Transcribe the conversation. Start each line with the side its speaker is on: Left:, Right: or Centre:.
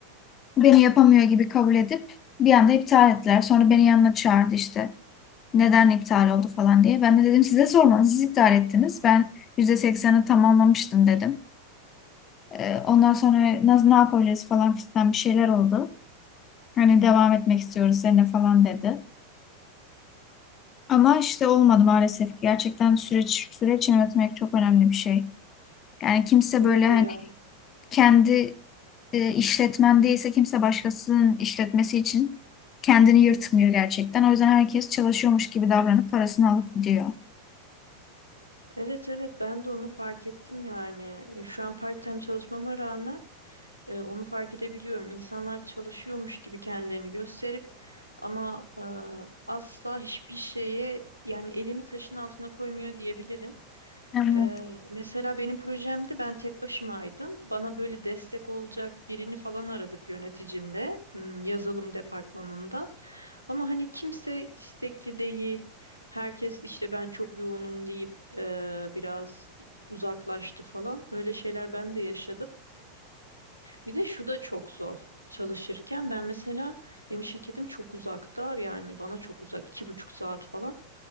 Left: beni yapamıyor gibi kabul edip bir anda iptal ettiler. Sonra beni yanına çağırdı işte. Neden iptal oldu falan diye. Ben de dedim size sormadım. Siz iptal ettiniz. Ben yüzde seksenini tamamlamıştım dedim. Ee, ondan sonra nasıl ne yapabiliriz falan filan bir şeyler oldu. Hani devam etmek istiyoruz seninle falan dedi. Ama işte olmadı maalesef ki. Gerçekten süreç süreç yönetmek çok önemli bir şey. Yani kimse
Right: Öyle
Left: böyle hani
Right: ya.
Left: kendi e, işletmen değilse kimse başkasının işletmesi için kendini yırtmıyor gerçekten. O yüzden herkes çalışıyormuş gibi davranıp parasını alıp gidiyor.
Right: Evet evet ben de onu fark ettim yani. E, Şu an part-time çalışmama rağmen E, onu fark edebiliyorum. İnsanlar çalışıyormuş gibi kendilerini gösterip ama e, asla hiçbir şeye yani elini taşın altına koymuyor diyebilirim.
Left: Evet.
Right: E, mesela benim projemde ben tek başımaydım. Bana böyle destek olacak birini falan aradık yöneticimle m, yazılım departmanından. Ama hani kimse istekli değil. Herkes işte ben çok yoğunum deyip e, biraz uzaklaştı falan. Öyle şeyler ben de yaşadım. Bir de şu da çok zor. Çalışırken ben mesela benim şirketim çok uzakta yani bana çok uzak iki buçuk saat falan.